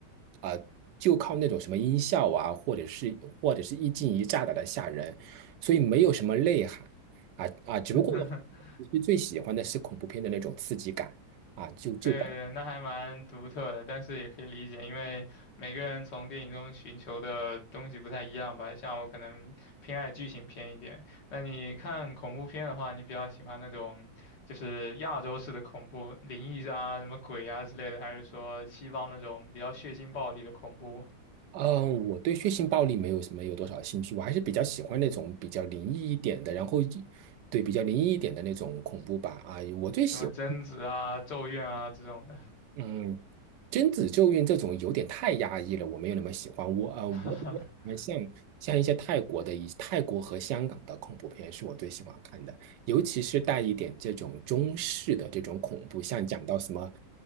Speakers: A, on the right (about 80°); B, on the left (about 80°).
A: 啊、就靠那种什么音效啊，或者是或者是一惊一乍的来吓人，所以没有什么内涵。啊啊，只不过我
B: <laughs>
A: 其实最喜欢的是恐怖片的那种刺激感啊，就就
B: 对那还蛮独特的，但是也可以理解，因为每个人从电影中寻求的东西不太一样吧。像我可能偏爱剧情片一点，那你看恐怖片的话，你比较喜欢那种就是亚洲式的恐怖，灵异啊、什么鬼啊之类的，还是说西方那种比较血腥暴力的恐怖，
A: 嗯，我对血腥暴力没有没有多少兴趣，我还是比较喜欢那种比较灵异一点的，然后对比较灵异一点的那种恐怖吧啊，我最喜欢
B: 什么贞子啊、咒怨啊这种的？
A: 嗯，贞子咒怨这种有点太压抑了，我没有那么喜欢。我呃，我比较喜欢像像一些泰国的一泰国和香港的恐怖片是我最喜欢看的，
B: <laughs>
A: 尤其是带一点这种中式的这种恐怖，像讲到什么